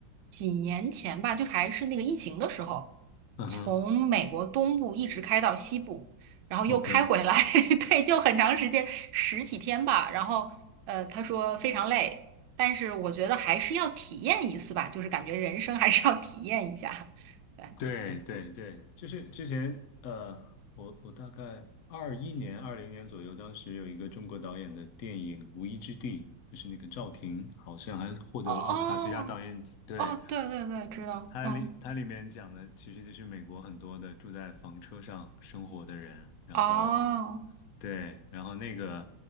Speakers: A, on the right; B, on the left.
A: 几年前吧，就还是那个疫情的时候，
B: 嗯哼。
A: 从美国东部一直开到西部，然后又开回来，
B: OK，
A: <laughs> 对，就很长时间，十几天吧。然后呃，他说非常累，但是我觉得还是要体验一次吧，就是感觉人生还是要体验一下。<laughs> 对。
B: 对对对，就是之前呃，我我大概二一年、二零年左右，当时有一个中国导演的电影《无依之地》，就是那个赵婷，好像还获得了奥斯卡最佳导演。
A: 哦，
B: 对，
A: 哦，对对对，知道，
B: 它里它里面讲的其实就是美国很多的住在房车上生活的人，
A: 嗯，
B: 然后
A: 哦，
B: 对，然后那个